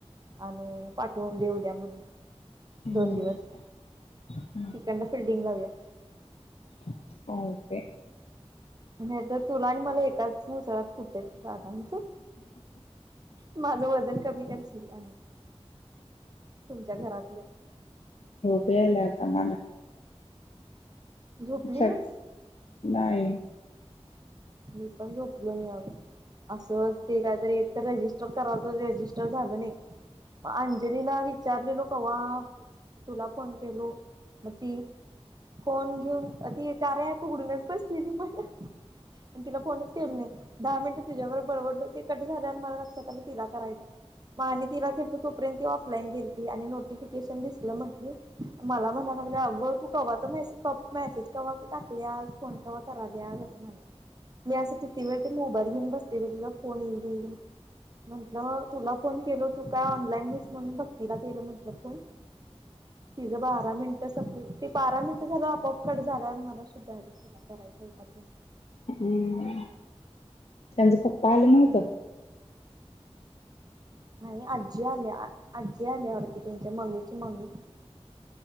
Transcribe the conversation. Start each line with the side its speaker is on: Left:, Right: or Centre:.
Right: आणि पाठवून दे ऊद्या म्हणून.
Left: हम्म
Right: दोन दिवस.
Left: <unintelligible>
Right: डां फीलडिंग लावूया.
Left: काय होते?
Right: नाही तर तुला आणि मला एकाच मुसळात कुटेल राधा मा. तू माझं वजन कमी करशील आणि. तुमच्या घरातलं.
Left: <unintelligible> प्रमाण.
Right: झोपली
Left: चल
Right: नाहीस?
Left: नाही.
Right: मी पण झोपलो नाही आजून. असंच ते कायतरी एक रेजिस्टर करायच रेजिस्टर झालं नाही. अंजलीला विचारलेलो कावाच. तुला फोन केलो. म ती फोन घेऊन ती कार्या ॲप उघडूनच बसलेली मला. तिला फोनच केलं नाही. दहा मिनिटं तुझाबर बडबडलो. ते कट झाले आणि मला लक्षात आलं तिला करायचंय. म आणि तिला केलतो तोपर्यंत ती ऑफलाईन गेलीती. आणि नोटिफिकेशन दिसलं म्हटली मला म्हणा लागली अगं तू कवा्हाच मे मेसेज कव्हाच टाकलीया. फोन कवा करायलीया असं म्हण. मी असं किती वेळ ते मोबाईल घेऊन बसलेल. तुझा फोन येईल. म्हंटलं तुला फोन केल तू काय ऑनलाईन नहीस म्हणून मी भक्तीला केलं म्हटलं फोन. तिझं बारा मिनिट सपती बारा मिनिट झालं अपप कट झाला. मला शुद्धा आ तिला करायचं होतं आपूण.
Left: हम्म. त्यांचं पप्पा आला नव्हतं.
Right: बाय नाही आजी आल्या आजी आल्या वाटतं त्यांच्या मम्मीची मम्मी.